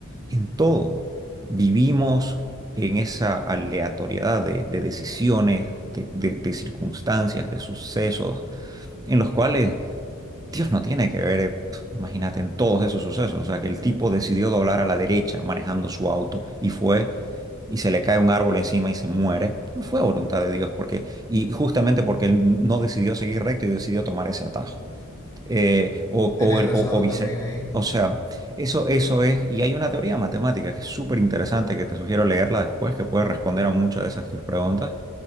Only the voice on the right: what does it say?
en todo. Vivimos en esa aleatoriedad de, de decisiones, de, de de circunstancias, de sucesos, en los cuales Dios no tiene que ver, eh, pf, imagínate, en todos esos sucesos. O sea, que el tipo decidió doblar a la derecha manejando su auto y fue y se le cae un árbol encima y se muere. No fue voluntad de Dios, porque, y justamente porque él no decidió seguir recto y decidió tomar ese atajo. Eh, o,
o, el-
o, o vice-
o sea,
eso, eso es, y hay una teoría matemática que es súper interesante, que te sugiero leerla después, que puede responder a muchas de esas tus preguntas,